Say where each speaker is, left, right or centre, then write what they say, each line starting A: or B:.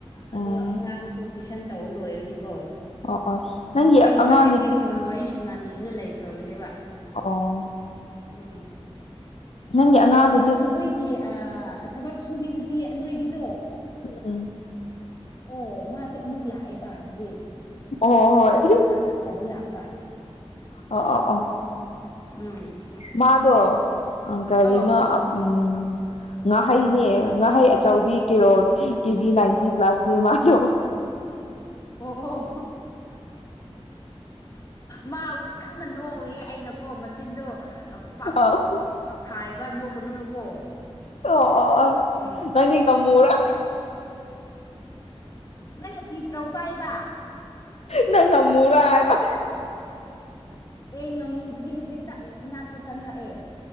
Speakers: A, on the left; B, on the left.
A: ꯑꯗꯣ
B: ꯎꯝ
A: ꯑꯉꯥꯡꯁꯨ ꯇ꯭ꯋꯏꯁꯟ ꯇꯧꯕ ꯂꯣꯏꯔꯒꯀꯣ
B: ꯑꯣ ꯑꯣ ꯅꯪꯒꯤ
A: ꯑꯩ ꯉꯁꯥꯏꯗꯒꯤ
B: ꯑꯉꯥꯡꯗꯨꯗꯤ
A: ꯐꯣꯟ ꯋꯥꯔꯤ ꯁꯅꯥꯅꯤꯡꯔ ꯂꯩꯈ꯭ꯔꯕꯅꯦꯕ
B: ꯑꯣ
A: ꯎꯝ
B: ꯅꯡꯒꯤ ꯑꯉꯥꯡꯗꯨ
A: ꯑꯁ ꯑꯩꯈꯣꯏꯒꯤ ꯊꯕꯛ ꯁꯨꯕꯤ ꯅꯨꯄꯤ ꯑꯅꯣꯏꯕꯤꯗꯣ
B: ꯎꯝ
A: ꯑꯣ ꯃꯥꯁꯨ ꯑꯃꯨꯛ ꯂꯥꯛꯑꯦꯕ ꯍꯧꯖꯤꯛ
B: ꯑꯣ ꯍꯣꯏ
A: ꯆꯥꯛ ꯆꯥꯕ ꯀꯧꯕ ꯂꯥꯛꯄ
B: ꯑꯣ ꯑ ꯑꯣ
A: ꯎꯝ
B: ꯃꯥꯗꯣ ꯀꯔꯤꯅꯣ
A: ꯑꯧ
B: ꯎꯝ ꯉꯥꯍꯩꯅꯦ ꯉꯥꯍꯩ ꯑꯆꯧꯕꯤ ꯀꯤꯂꯣ ꯀꯦꯖꯤ ꯅꯥꯏꯟꯇꯤ ꯄ꯭ꯂꯁꯅꯦ ꯃꯥꯜꯂꯣ
A: ꯑꯣ ꯑꯣ ꯃꯥ ꯍꯧꯖꯤꯛ ꯀꯟꯅ ꯅꯣꯛꯔꯤ ꯑꯩꯅꯀꯣ ꯃꯆꯤꯟꯗꯣ ꯈꯨꯄꯥꯛꯅ
B: ꯑꯧ
A: ꯄꯛꯄꯣꯛ ꯄꯛꯄ ꯈꯨꯄꯥꯛꯥꯛ ꯊꯥꯏꯑꯕ ꯅꯣꯛꯀꯅꯨꯅꯀꯣ
B: ꯑꯣ
A: ꯎꯝ
B: ꯅꯪ ꯉꯃꯣꯔ
A: ꯅꯪ ꯉ ꯆꯧ ꯆꯥꯏꯕ
B: ꯅꯪ ꯉꯃꯔ ꯍꯥꯏꯕ
A: ꯑꯦ ꯉꯥꯃꯨꯗꯨꯗꯤ ꯍꯧꯖꯤꯛꯇ ꯑꯩ ꯏꯅꯥꯛꯇ ꯆꯪꯔꯛꯑꯦ